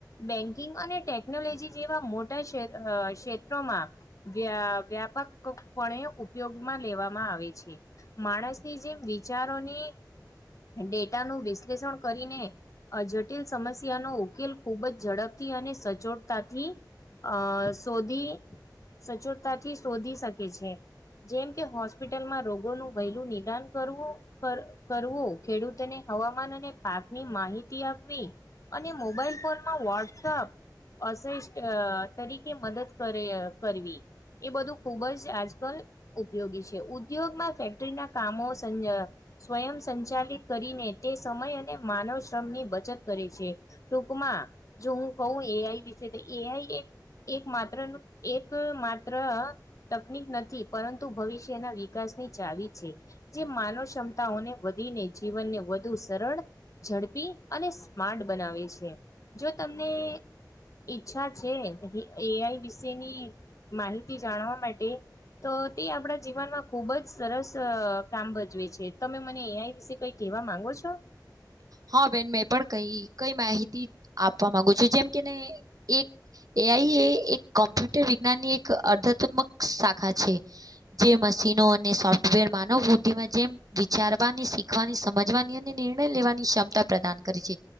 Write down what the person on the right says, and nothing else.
હા બેન મેં પણ કઈ કઈ માહિતી આપવા માગું છું, જેમ કેને એક એ આઈ એ એક કોમ્પ્યુટર વિજ્ઞાનની એક અર્ધાત્મક શાખા છે. જે મશીનો અને સોફ્ટવેર માનવ બુદ્ધિમાં જેમ વિચારવાની, શીખવાની, સમજવાની અને નિણર્ય લેવાનો ક્ષમતા પ્રદાન કરી છે,